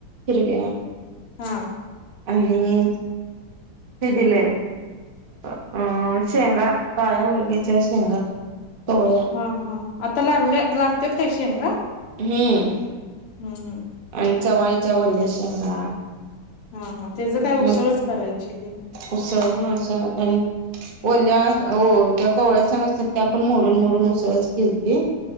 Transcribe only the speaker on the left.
हा
ह हा आता लागल्या लागत्यात काय शेंगा
हु हु
हा हा त्याच काय उसळच
करायची की.